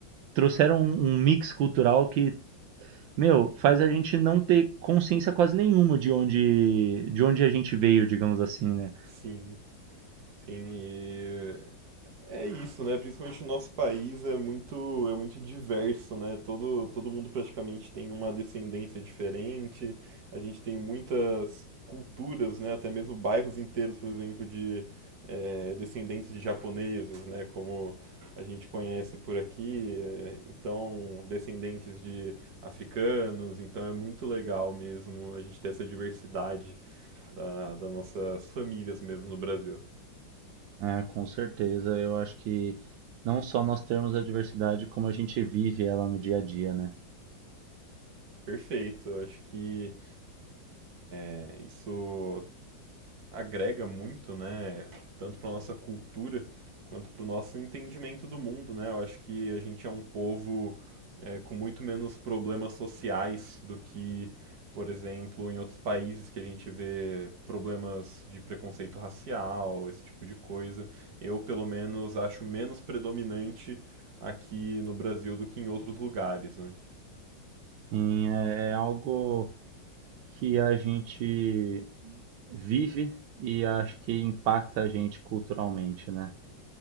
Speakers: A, on the right (about 80°); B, on the right (about 55°).
A: trouxeram um, um mix cultural que meu, faz a gente não ter consciência quase nenhuma de onde, de onde a gente veio, digamos assim, né?
B: Sim, sim, e É isso, né? Principalmente o nosso país é muito, é muito diverso, né? Todo, todo mundo praticamente tem uma descendência diferente. A gente tem muitas culturas, né? Até mesmo bairros inteiros, por exemplo, de eh, descendentes de japoneses, né? Como a gente conhece por aqui. eh, então, descendentes de africanos. Então, é muito legal mesmo a gente ter essa diversidade da, das nossas famílias mesmo no Brasil.
A: Ah, com certeza. Eu acho que não só nós temos a diversidade, como a gente vive ela no dia a dia, né?
B: Perfeito. Eu acho que É, Isso agrega muito, né? Tanto para nossa cultura quanto para o nosso entendimento do mundo, né? Eu acho que a gente é um povo é, com muito menos problemas sociais do que, por exemplo, em outros países que a gente vê problemas de preconceito racial, esse tipo de coisa. Eu, pelo menos, acho menos predominante aqui no Brasil do que em outros lugares, né?
A: Sim, é é algo que a gente vive e acho que impacta a gente culturalmente, né?